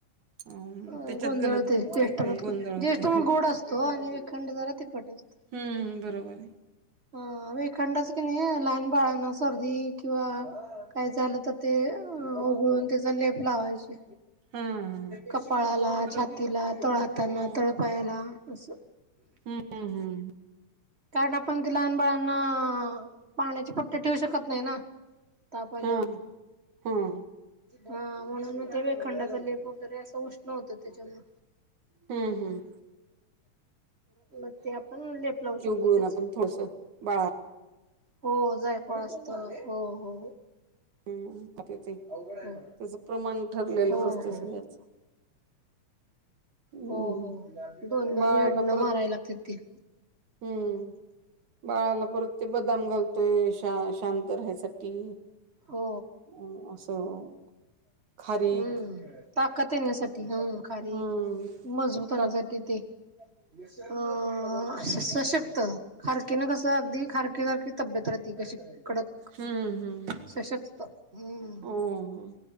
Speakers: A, on the right (about 70°); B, on the right (about 30°).
A: अ
B: अ
A: त्याच्यात
B: गोंधळ
A: गलत
B: होते ज्येष्ठ ज्येष्ठ
A: गोंधळ होते.
B: म गोड असतो आणि विखंड जरा तिखट असतो.
A: हं, बरोबर आहे.
B: ह वेखंडच की नाही लहान बाळांना सर्दी किंवा काय झालं तर ते उघळून त्याचा लेप लावायची.
A: हा हा.
B: कपाळाला
A: परत
B: छातीला तळ हाताना
A: हो
B: तळ उपायाला असं.
A: हम्म हम् हम्.
B: कारण आपण त लहान बाळांना पाण्याचे पट्टे ठेवू शकत नाही ना. ताप आल्यावर.
A: हम्म हा हा.
B: हा म्हणून म ते वेखंडाचा लेप वगैरे असं उष्ण होत त्याच्यामु
A: हम्म हम्म
B: मग ते आपण लेप लावू शकतो.
A: उगाळून
B: त्याचा.
A: आपण थोडस बा
B: हो जायफळ असत हो हो. हो,
A: हम्म ते
B: हो,
A: त्याच प्रमाण ठरलेलंच
B: हो.
A: असते सगळ्याच. हम्म
B: हो, हो दोन दोन
A: बाळाला
B: वडनं
A: परत
B: मारायला लागते ते.
A: हम्म! बाळाला परत ते बदाम घालत ते श शांत राहायसाठी.
B: हो!
A: अ असं खारीक
B: हम्म! ताकद येण्यासाठी हा खारीक
A: हम्म.
B: मजबूत होण्यासाठी
A: हम्म
B: ते <inaudible> <unintelligible> खारकीे ना कसं अगदी खारकी सारखी तब्येत राहती कशी कडक
A: हम्म! हम्!
B: सशक्त हम्म.
A: हो, हो